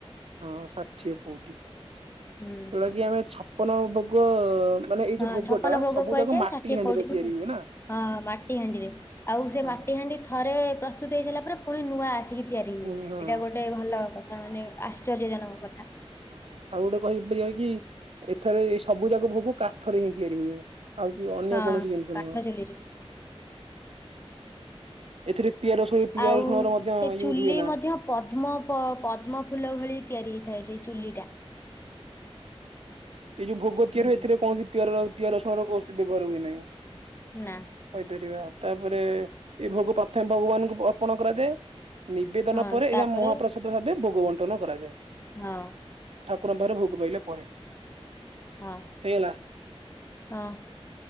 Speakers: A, on the right (about 70°); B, on the left (about 25°).
A: ହଁ ଷାଠିଏ ପଉଟି ଯୋଉଟା
B: ହୁଁ।
A: କିି ଆମେ ଛପନ ଭୋଗ ମାନେ ଏଇ
B: ହଁ
A: ଯୋଉ ଭୋଗଟା
B: ଛପନ ଭୋଗ
A: ସବୁ
B: କୁହାଯାଏ
A: ଯାକ ମାଟି
B: ଷାଠିଏ
A: ହାଣ୍ଡିରେ
B: ପଉଡିକୁ
A: ତିଆରି
B: କୁହାଯାଏ।
A: ହୁଏ ନା।
B: ହଁ ମାଟି ହାଣ୍ଡିରେ, ଆଉ ସେ
A: ହଁ
B: ମାଟି ହାଣ୍ଡି ଥରେ ପ୍ରସ ସ୍ତୁତ ହେଇ ସାଇଲା ପରେ ପୁଣି ନୂଆ ଆସିକି ତିଆରି ହୁଏ,
A: ପୁଣି ହଁ
B: ଏଇଟା ଗୋଟେ ଭଲ କ ଥା ମାନେ ଆଶ୍ଚର୍ଯ୍ୟଜନକ କଥା।
A: ହ ଆଉ ଗୋଟେ କହିପାରିବା କି ଏଠାରେ ଏଇ ସବୁ ଯାକ ଭୋଗ କାଠରେ ହିଁ ତିଆରି ହୁଏ। ଆଉ କି ଅନ୍ୟ
B: ହଁ
A: କୌଣସି ଜିନିଷ
B: କାଠ
A: ନୁହଁ,
B: ଚୁଲିରେ
A: ଏଥିରେ ପିଆଜ ରସୁଣ ପିଆଜ
B: ଆଉ
A: ରସୁଣର ମଧ୍ୟ
B: ସେ
A: ୟୁଜ
B: ଚୁଲି
A: ହୁଏ ନା
B: ମଧ୍ୟ ପଦ୍ମ ପ ପଦ୍ମ ଫୁଲ ଭଳି ତିଆରି ହେଇଥାଏ। ସେଇ ଚୁଲିଟା।
A: ଏଇ ଯୋଉ ଭୋଗ
B: ହୁଁ
A: ତିଆରି ହୁଏ ଏଥିରେ କୌଣସି ପିଆର ପିଆର ରସୁଣର ପୋସ୍ତ ବ୍ୟବହାର ହୁଏ ନାହିଁ।
B: ନା
A: କହିପାରିବା। ତାପରେ ଏ ଭୋଗ ପ୍ରଥମେ ଭଗବାନଙ୍କୁ ଅର୍ପଣ କରାଯାଏ। ନିବେଦନ
B: ହଁ
A: ପରେ
B: ତାପରେ
A: ଏହା ମହାପ୍ରସାଦ ଭାବେ ଭୋଗ ବଣ୍ଟନ କରାଯାଏ।
B: ହଁ।
A: ଠାକୁରଙ୍କ ପାଖରେ ଭୋଗ ପାଇଲା ପରେ।
B: ହଁ
A: ହେଇଗଲା
B: ହଁ।